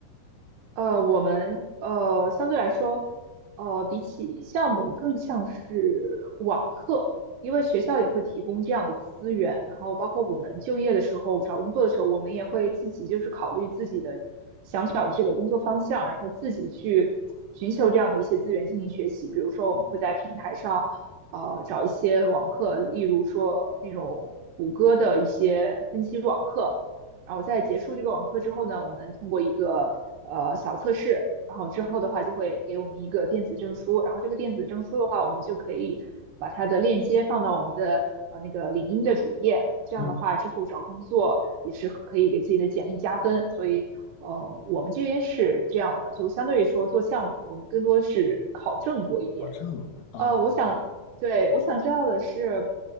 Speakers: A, on the right (about 80°); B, on the left (about 65°).
A: 呃，我们呃相对来说，呃比起项目更像是网课，因为学校也会提供这样的资源，然后包括我们就业的时候、找工作的时候，我们也会自己就是考虑自己的想找的这个工作方向，然后自己去寻求这样的一些资源进行学习。比如说，我们会在平台上呃找一些网课，例如说那种谷歌的一些分析网课。然后在结束这个网课之后呢，我们通过一个呃小测试，然后之后的话就会给我们一个电子证书，然后这个电子证书的话，我们就可以把它的链接放到我们的呃那个领英的主页，这样的话之后找工作也是可以给自己的简历加分。
B: 嗯。
A: 所以呃，我们这边是这样的，就相对于说做项目，我们更多是考证多一点。
B: 哦，这样啊，
A: 呃，我想，对，我想知道的是，